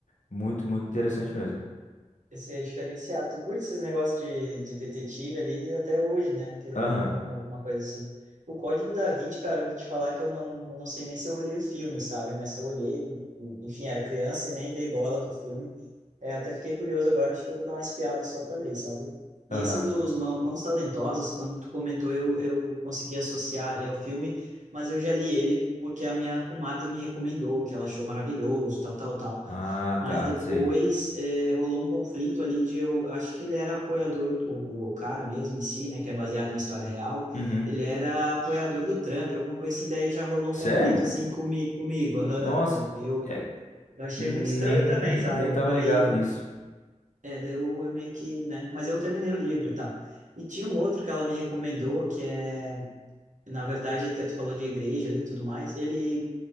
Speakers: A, on the left; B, on the right.
A: muito, muito interessante mesmo.
B: Isso é diferenciado. Tu curte esses negócios de, de detetive ali até hoje, né? Querendo
A: Aham,
B: ou não, alguma coisa assim. O Código da Vinci, cara, eu vou te falar que eu não, eu não sei nem se eu olhei o filme, sabe? Mas se eu olhei, eu- enfim, era criança e nem dei bola pro filme. É, até fiquei curioso agora, acho que eu vou dar uma espiada só pra ver, sabe?
A: aham.
B: E esse dos Mão- Mãos Talentosas, quando tu comentou, eu, eu consegui associar ele ao filme, mas eu já li ele porque a minha comadre me recomendou, que ela achou maravilhoso, tal, tal, tal.
A: Ah,
B: Mas
A: tá,
B: depois
A: sei.
B: eh, rolou um conflito ali de eu, eu acho que ele era apoiador, o, o, o cara mesmo em si, né, que é baseado em história real,
A: Uhum.
B: ele era apoiador do Trump, alguma coisa assim, daí já rolou
A: Sério?
B: um conflito assim comi, comigo. aham,
A: Nossa,
B: eh, Eu,
A: é,
B: eu achei
A: nem,
B: muito estranho
A: nem
B: também, sabe?
A: tava
B: Daí,
A: ligado nisso.
B: é, daí eu, eu meio que, né, mas eu terminei o livro e tal. E tinha um outro que ela me recomendou, que é na verdade, até tu falou de igreja ali e tudo mais, ele